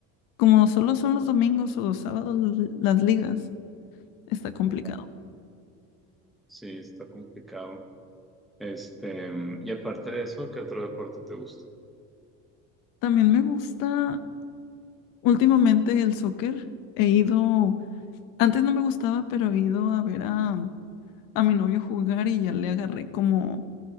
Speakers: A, on the left; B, in the centre.
A: como solo son los domingos o los sábados l- las ligas, está complicado.
B: ya. Sí, está complicado. Este, y aparte de eso, ¿qué otro deporte te gusta?
A: También me gusta últimamente el soccer, he ido, antes no me gustaba, pero he ido a ver a a mi novio jugar y ya le agarré como